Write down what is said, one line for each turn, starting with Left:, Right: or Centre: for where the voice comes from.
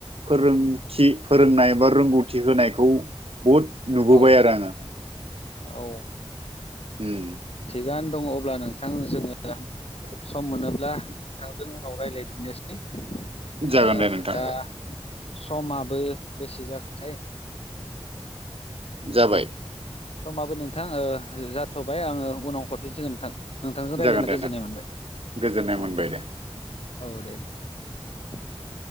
Right: फोरोंथि फोरोंनाय बा रोंगौथि होनायखौ बहुद नुबोबाय
Left: औ
Right: आरो आङो
Left: औ
Right: ओम
Left: थिगानो दङ अब्ला नोंथां जोङो सम मोनोब्ला नोंथांजों उनाव रायलायफिननोसै
Right: जागोन
Left: ओ
Right: दे नोंथां
Left: दा समाबो बेसे जाखोथाय
Right: जाबाय
Left: समाबो नोंथां ओ जाथ'बाय आङो उनाव हरफिनसिगोन नोंथां नोंथांजों रायलायना
Right: जागोन दे
Left: गोजोननाय
Right: नोंथां
Left: मोनबाय
Right: गोजोननाय
Left: औ
Right: मोनबाय
Left: दे औ दे नोंथां